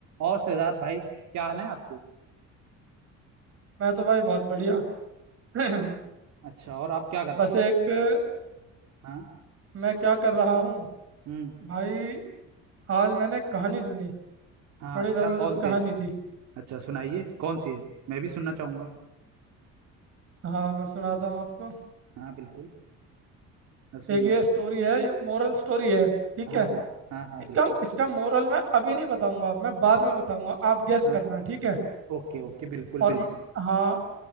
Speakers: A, on the right (about 60°); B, on the right (about 45°).
A: और शहजाद भाई क्या हाल है आपके
B: मैं तो भाई बहुत बढ़िया <clears throat> <laughs>
A: अच्छा और आप क्या कर रहे
B: बस
A: हो
B: एक अ,
A: हाँ
B: मैं क्या कर रहा हूँ
A: हम्म
B: भाई आज मैंने एक कहानी सुनी
A: हाँ
B: बड़ी
A: अच्छा
B: ज़बरदस्त
A: कौन सी
B: कहानी थी
A: अच्छा सुनाइए कौन सी है मैं भी सुनना चाहूंगा
B: हाँ मैं सुनाता हूँ आपको
A: हाँ बिल्कुल मैं सुनने
B: एक ये
A: को तैयार
B: स्टोरी है ये मोरल स्टोरी है ठीक
A: हूं। हाँ
B: है
A: हाँ हाँ हाँ
B: इसका
A: बिल्कुल
B: इसका मोरल मैं अभी नहीं बताऊंगा मैं बाद में बताऊंगा आप गेस
A: हाँ
B: करना ठीक है
A: ओके ओके बिल्कुल
B: और
A: बिल्कुल
B: म- हाँ